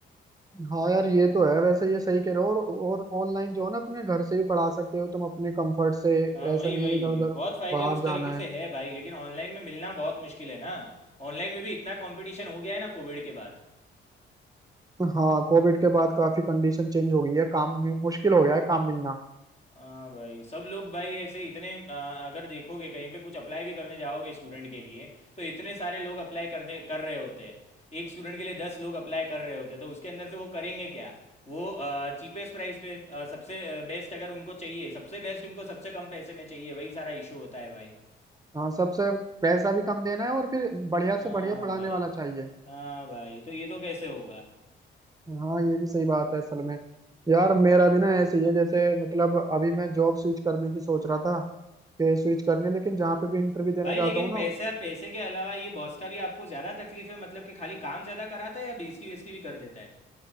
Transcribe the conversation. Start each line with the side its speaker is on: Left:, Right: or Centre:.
Right: हाँ यार ये तो है वैसे ये सही कह रहे हो और और ऑनलाइन जो है ना अपने घर से भी पढ़ा सकते हो तुम अपने कंफर्ट से
Left: हाँ वही
Right: ऐसा नहीं
Left: वही
Right: है इधर उधर
Left: बहुत फ़ायदे
Right: बाहर
Left: उस तरीके
Right: जाना
Left: से
Right: है
Left: है भाई लेकिन ऑनलाइन में मिलना बहुत मुश्किल है ना ऑनलाइन में भी इतना कंपटीशन हो गया है ना कोविड के बाद
Right: हाँ कोविड के बाद काफी कंडीशन चेंज हो गई है काम भी मुश्किल हो गया है काम मिलना
Left: हाँ भाई सब लोग भाई ऐसे ही इतने आ, अगर देखोगे कहीं पे कुछ अप्लाई भी करने जाओगे स्टूडेंट के लिए तो इतने सारे लोग अप्लाई कर दे कर रहे होते हैं एक स्टूडेंट के लिए दस लोग अप्लाई कर रहे होते हैं तो उसके अंदर से वो करेंगे क्या वो चीपेस्ट प्राइस पे आ, सबसे बेस्ट अगर उनको चाहिए सबसे बेस्ट उनको सबसे कम पैसे में चाहिए वही सारा इशू होता है भाई
Right: हाँ सबसे पैसा भी कम देना है और फिर बढ़िया
Left: हाँ
Right: से बढ़िया पढ़ाने
Left: भाई
Right: वाला चाहिए
Left: हाँ भाई तो ये तो कैसे होगा
Right: हाँ ये भी सही बात है असल में यार मेरा भी ना ऐसे ही है जैसे मतलब अभी मैं जॉब स्विच करने की सोच रहा था कि स्विच करने लेकिन जहाँ पे भी इंटरव्यू देने
Left: भाई
Right: जाता
Left: लेकिन
Right: हूँ ना
Left: पैसा पैसे के अलावा ये बॉस का भी आपको ज़्यादा तकलीफ है मतलब कि खाली काम ज़्यादा कराता है या बेइज्जती वेस्टी भी कर देता है